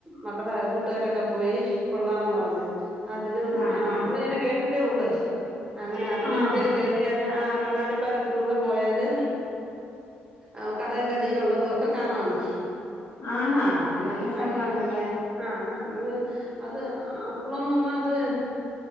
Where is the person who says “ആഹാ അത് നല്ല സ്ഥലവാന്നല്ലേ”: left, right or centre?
Left